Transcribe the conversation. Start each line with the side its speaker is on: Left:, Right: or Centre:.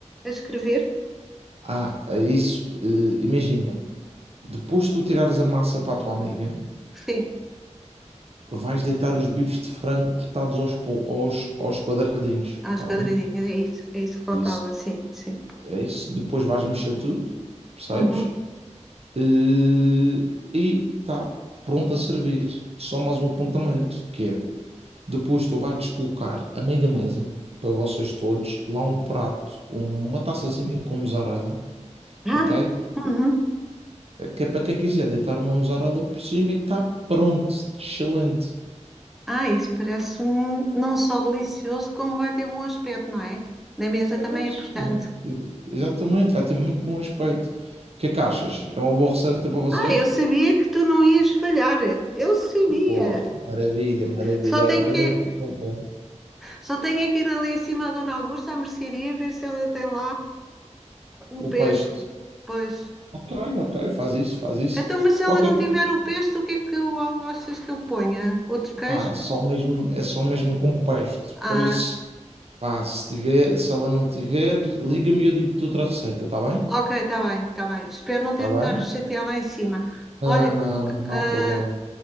Centre: a escrever.
Right: Ah, é isso, eh, imagina, depois de tu tirares a massa para a tua amiga,
Centre: Sim,
Right: vais deitar os bifes de frango cortados aos, po- aos, aos quadradinhos,
Centre: às
Right: está
Centre: quadradinhas,
Right: bem?
Centre: é isso, é isso que faltava,
Right: É Isso,
Centre: sim, sim.
Right: é isso. Depois vais mexer tudo, percebes?
Centre: Uhum.
Right: Eh, e está pronto a servir. Só mais um apontamento, que é Depois tu vais colocar a meio da mesa, para vocês todos, lá um prato, uma taçazinha com mussarela,
Centre: Ah,
Right: ok?
Centre: uhum.
Right: Que é para quem quiser deitar uma mussarela por cima e está pronto, excelente.
Centre: Ah, isso parece um, não só delicioso, como vai ter bom aspecto, não é? Na mesa
Right: Mas,
Centre: também é importante.
Right: excelente. Exatamente, vai ter muito bom aspecto. O que é que achas? É uma boa receita para vocês?
Centre: Ah, eu sabia que tu não ias falhar. Eu sabia.
Right: Boa, maravilha, maravilha.
Centre: Só tenho
Right: Olha, também
Centre: que,
Right: fico contente.
Centre: só tenho é que ir ali acima da Dona Augusta à mercearia ver se ela tem lá o
Right: O
Centre: pesto.
Right: peixe.
Centre: Pois.
Right: Ok, ok, faz isso, faz isso.
Centre: Então, mas se
Right: Qualquer
Centre: ela não
Right: coisa.
Centre: tiver o pesto, o que é que eu gostas que eu ponha? Outro queijo?
Right: Ah, é só mesmo, é só mesmo com peixe.
Centre: Ah,
Right: Por isso. Pá, se tiver, se ela não tiver, liga-me e eu digo-te outra receita, está bem?
Centre: ok, está bem, está bem. Espero não
Right: Está
Centre: ter que
Right: bem?
Centre: estar a chatear lá em cima.
Right: Não,
Centre: Olha,
Right: não, não, não
Centre: ah,
Right: há problema.